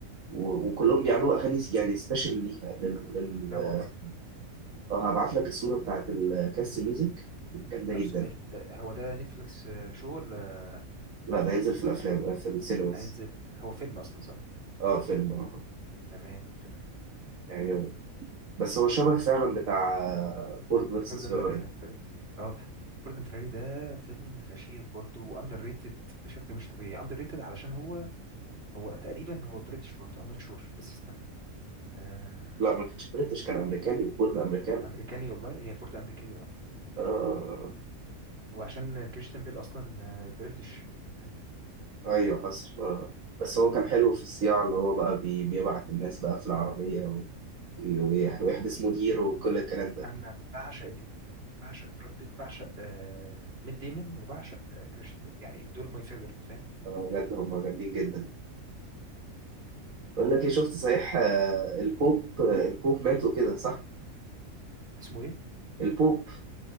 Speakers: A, on the right; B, on the right.
A: و... وكلهم بيعملوا اغاني س- يعني سبيشال ليها لل... لل...
B: لا والله
A: اه هبعت لك الصوره بتاعت الكاست ميوزك جامده
B: طب
A: جدا
B: سؤال آه، هو ده نتفليكس آه، شو ولا
A: لا ده هينزل في الافلام آه، في السينماس
B: هينزل هو فيلم اصلا صح
A: اه فيلم اه
B: تمام تمام
A: يعني بس هو شبه فعلا بتاع فورد فيرسس
B: فوردن
A: فيراري
B: ده فري اه فوردن فراري ده فيلم فشيخ برضه واندر ريتد بشكل مش طبيعي اندر ريتد علشان هو هو تقريبا هو بريتش برضه ام نوت شور بس استنى آه
A: لا ما كانش بريتش كان امريكاني فورد امريكان
B: امريكاني والله هي فورد امريكيه اه
A: اه آه، آه.
B: هو عشان كريستيان بيل اصلا بريتش فاهم
A: ايوه حصل آه. بس هو كان حلو في الصياعة اللي هو بقى بي... بيبعت الناس بقى في العربية و... ويح- ويحبس مديره وكل الكلام ده
B: انا بعشق الاثنين دول بعشق براد بيت بعشق آه ميت ديمون وبعشق آه كريستيان بيل يعني دول ماي فيفورت فاهم
A: آه، بجد هم جامدين جدا بقول لك ايه شفت صحيح آه، البوب آه، البوب ماتوا كده صح
B: اسمه ايه
A: البوب